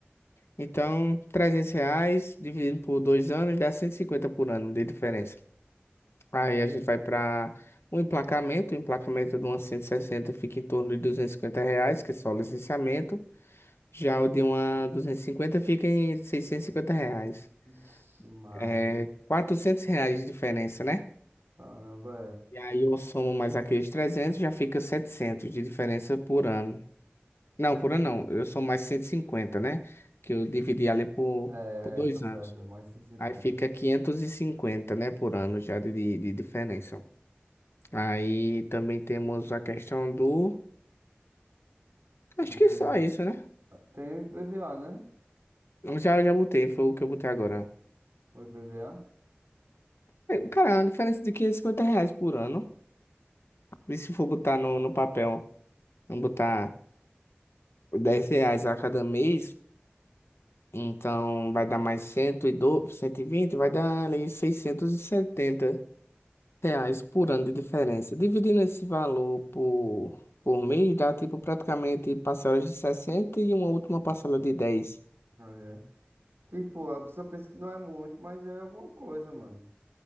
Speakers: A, on the left (about 80°); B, on the right (about 70°).
A: Então, 300 reais dividido por dois anos dá 150 por ano de diferença. Aí a gente vai para o emplacamento. O emplacamento de uma 160 fica em torno de 250 reais, que é só o licenciamento. Já o de uma 250 fica em 650 reais.
B: Ixi, Maria.
A: é, 400 reais de diferença, né?
B: Caramba,
A: E aí eu somo mais aqueles 300, já fica 700 de diferença por ano. Não, por ano não, eu somo mais 150, né? Que eu dividi ali por,
B: é.
A: por dois
B: É, é, tá certo.
A: anos.
B: É mais 150
A: Aí fica 550, né, por ano já de, de de diferença. Aí também temos a questão do... Acho
B: do
A: que
B: que.
A: só isso, né?
B: ah, Tem IPVA, né?
A: Eu já, já botei, foi o que eu botei agora.
B: O I P V A?
A: É, Cara, é uma diferença de 550 reais por ano. E se for botar no, no papel, não botar... 10 reais a cada mês, então vai dar mais cento cento e doze, cento e vinte, vai dar ali 670 reais por ano de diferença. Dividindo esse valor por, por mês, dá tipo praticamente parcelas de 60 e uma última parcela de 10.
B: é Tipo, a pessoa pensa que não é muito, mas já é alguma coisa, mano.